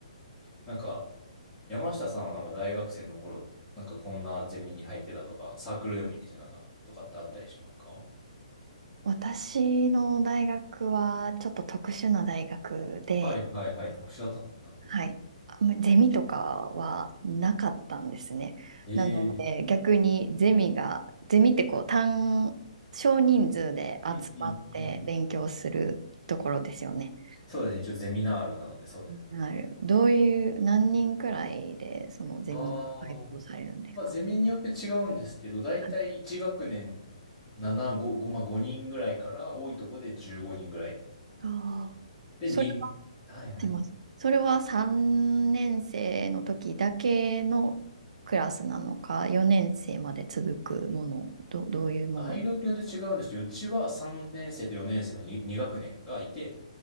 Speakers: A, on the left; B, on the right.
A: なんか、山下さんはなんか大学生の頃、なんかこんなゼミに入ってたとか、サークルでもいいんですよ、なんか、とかってあったりしますか
B: 私の大学はちょっと特殊な大学で、
A: はいはいはい。特殊だったんですね。なるほど。
B: はい。あんまりゼミとかはなかったんですね。
A: え
B: なので、
A: え。
B: 逆にゼミが、ゼミってこう、単、少人数で集まって勉強するところですよね。
A: うんうんうん。そうですね。一応ゼミナールなので、そうです。
B: なる。どういう、何人くらいで、そのゼミが開講されるんですか
A: ああ。まあ、ゼミによって違うんですけど、だいたい1学年
B: はい
A: 7、5、5、まあ、人ぐらいから、多いとこで15人ぐらい。
B: ああー、
A: で、
B: それ
A: 2、はいはい。
B: でも、それは3年生の時だけのクラスなのか、4年生まで続くもの、ど、どういうもの。
A: 大学によって違うんですけど、うちは3年生と4年生の 2, 学年がいて、